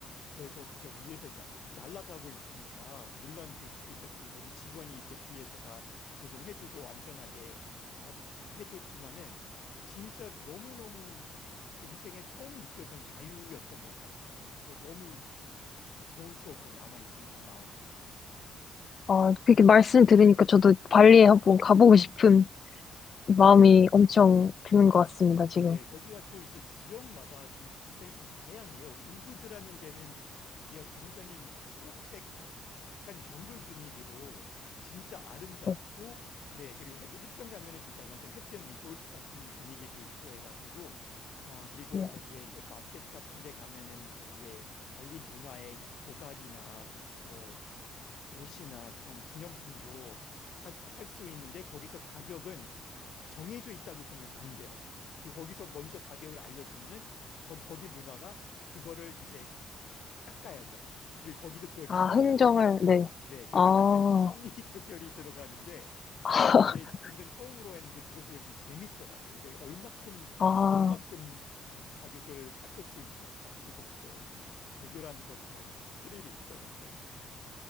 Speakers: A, on the left; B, on the left.
A: 그래서 그냥 위에서 약 날아가고 있으니까 물론 그 이제 그 거기 직원이 이제 뒤에서 다 조정해주고 안전하게 어, 해줬지만은 진짜 너무 너무 인생에 처음 느껴본 자유였던 것 같아요. 그게 너무 조- 조- 좋은 추억으로 남아 있습니다 마음에.
B: 아, 그렇게 말씀 들으니까 저도 발리에 한번 가보고 싶은 마음이 엄청 드는 것 같습니다, 지금.
A: 네, 거기가 또 이제 지역마다 좀 굉장히 좀 다양해요. 우브드라는 데는 거기가 굉장히 막 초록색 막 약간 정글 분위기로 진짜 아름답고
B: 네,
A: 네, 그리고 햇, 해변 가면은 진짜 완전 햇변 리조트 같은 분위기도 있고 해가지고 어, 그리고
B: 네.
A: 거기에 또 마켓 같은 데 가면은 거기에 발리 문화의 야- 조각이나 뭐 옷이나 그런 기념품도 살 수 있는데 거기서 가격은 정해져 있다고 보면 안 돼요. 그 거기서 먼저 가격을 알려주면은 거, 거기 문화가 그거를 이제 깎아야 돼요. 그리고 거기도 그걸 기대하고
B: 아, 흥정을,
A: 있고.
B: 네.
A: 네, 그래서
B: 아,
A: 약간 심리 <laughs> 대결이 들어가는데 저도
B: <laughs>
A: 그게 인생 처음으로 했는데 그것도 왠지 재밌더라고요. 이게 얼마큼
B: 아,
A: 얼마큼 가, 가격을 깎을 수 있을까? 그것도 좀 대결하는 것처럼 좀 스릴이 있더라고요.